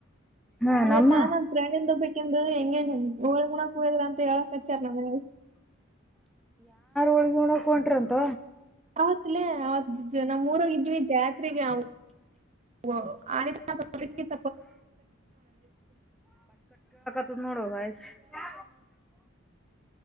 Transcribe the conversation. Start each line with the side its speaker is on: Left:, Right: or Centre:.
Centre: ಹಾ
Right: ಇತ
Centre: ನಮ್ಮ
Right: ನಮ ಪ್ರಾಣಿಂದ ಬೇಕಂದು ಹಂಗೆ ಗೋಳಗಣ ಹಯದ್ರ ಅಂತ ಹೇಳಕ್ ಹಚ್ಚಾರ ನಮ
Centre: ಹೋಕ ಹೊಂಟ್ರ ಅಂತ
Right: ಹೌತ್ಲ ಹ್ ಜ ನಮ್ಮ್ೂರೋಗಿದ್ವಿ ಜಾತ್ ರಿಗೆ ಅ ನ ಆನ್ನಂದ
Centre: ತು ನೂಡ ವಯಸ ಯ